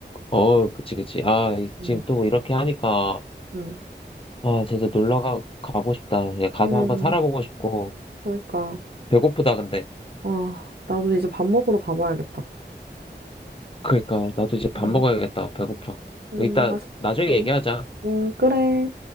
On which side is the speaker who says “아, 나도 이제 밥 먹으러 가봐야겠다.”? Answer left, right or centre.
Right